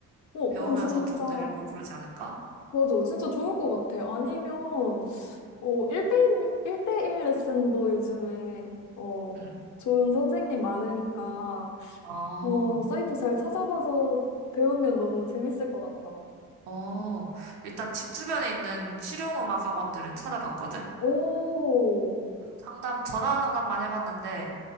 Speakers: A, on the left; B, on the right.
A: 어,
B: 배우면서
A: 그럼 진짜,
B: 좀 늘고 그러지 않을까?
A: 맞아. 진짜 좋을 것 같아. 아니면, 어, 1대1, 일대일 레슨도 요즘에, 어,
B: 응.
A: 좋은 선생님 많으니까,
B: 아,
A: 어, 사이트 잘 찾아봐서 배우면 너무 재밌을 것 같다.
B: 어,
A: 음.
B: 일단 집 주변에 있는 실용음악 학원들은 찾아봤거든?
A: 오,
B: 상담, 전화 상담만 해봤는데,